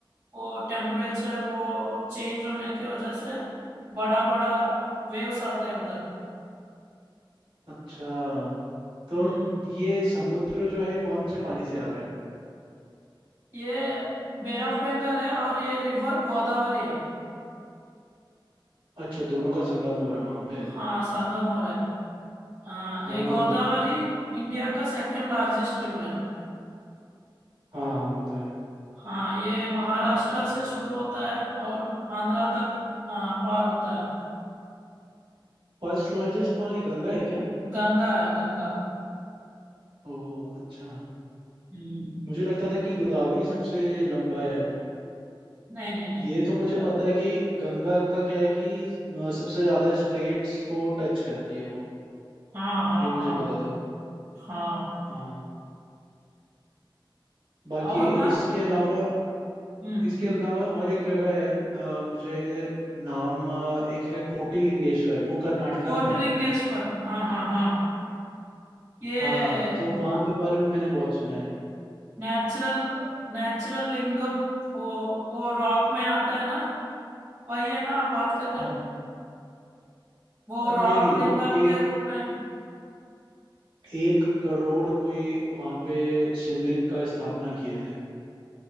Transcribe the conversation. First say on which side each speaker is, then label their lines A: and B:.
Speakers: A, on the right (about 45°); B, on the right (about 75°).
A: वो टेम्परेचर वो चेंज होने के वजह से बड़ा बड़ा वेव्स आते हैं उधर
B: अच्छा तो
A: हम्म
B: ये समुद्र जो है कौन से पानी से आ रहा है
A: ये बे ऑफ बंगाल है और ये रिवर गोदावरी है
B: अच्छा दोनों का संगम हो रहा है वहां पे
A: हाँ संगम हो रहा है हाँ
B: ओ
A: ये गोदावरी इंडिया का सेकंड लार्जेस्ट रिवर है
B: हाँ हाँ वो तो है
A: हाँ ये महाराष्ट्र से शुरू होता है और आंध्रा तक हाँ, पार होता है
B: फर्स्ट लार्जेस्ट कौन है गंगा है क्या
A: गंगा है गंगा
B: ओ अच्छा
A: हम्म
B: मुझे लगता था कि गोदावरी सबसे लंबा है वो
A: नहीं नहीं नहीं
B: ये तो मुझे
A: ब-
B: पता है कि गंगा का क्या है कि अ, सबसे ज्यादा स्टेट्स को टच करती है वो
A: हाँ हाँ
B: ये मुझे
A: हाँ
B: पता था
A: हाँ
B: हाँ बाकी
A: और ना
B: इसके अलावा
A: हम्म
B: इसके अलावा और एक जगह है अ, मुझे नाम अ, एक है कोटिलिंगेश्वर वो कर्नाटका
A: कोटलिंगेश्वर
B: में है लेकिन
A: हाँ हाँ हाँ ये
B: हाँ तो वहाँ के बारे में मैंने बहुत सुना
A: नेचुरल नेचुरल लिंगम वो वो रॉक में आता है ना वही है ना आप बात कर रहे
B: है
A: हैं? वो
B: नहीं
A: रॉक
B: नहीं
A: लिंगम
B: वो एक
A: के रूप में
B: एक करोड़ कोई वहां पे शिवलिंग का स्थापना किए थे